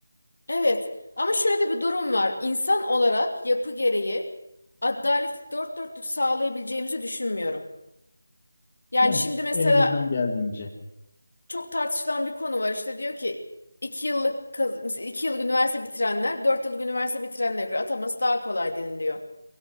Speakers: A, on the left; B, on the left.
A: Evet ama şöyle de bir durum var. İnsan olarak yapı gereği adaleti dört dörtlük sağlayabileceğimizi düşünmüyorum. Yani
B: Yani
A: şimdi mesela
B: elimizden geldiğince.
A: çok tartışılan bir konu var. İşte diyor ki iki yıllık kaz- mesela iki yıllık üniversite bitirenler dört yıllık üniversite bitirenlere göre ataması daha kolay deniliyor.